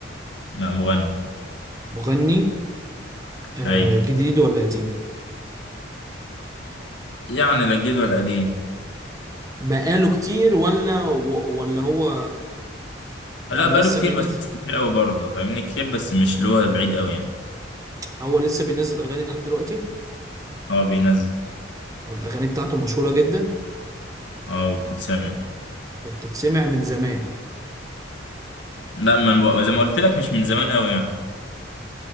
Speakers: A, on the left; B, on the right.
A: لا مغني
B: مغني آه
A: اي
B: جديد ولا قديم
A: يعني لا جديد ولا قديم
B: بقاله كتير ولا و- ولا هو يعني
A: لا بقاله
B: لسه
A: كتير
B: بينزل
A: بس مش كتير قوي برضه فاهمني كتير بس مش اللي هو بعيد قوي يعني
B: هو لسه بينزل اغاني لحد دلوقتي
A: اه بينزل
B: والاغاني بتاعته مشهورة جدا
A: اه وبتتسمع
B: وبتتسمع من زمان
A: لا ما أنا بق- زي ما قلت لك مش من زمان قوي يعني